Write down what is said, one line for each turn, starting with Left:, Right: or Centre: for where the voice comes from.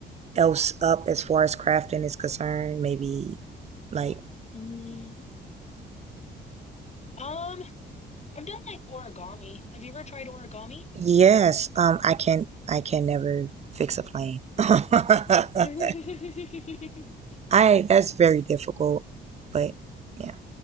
Right: else up as far as crafting is concerned? Maybe like,
Left: mm, um, I've done like origami. Have you ever tried origami?
Right: yes, um, I can, I can never fix a plane. <laughs> I,
Left: <laughs>
Right: I, that's very difficult, but yeah,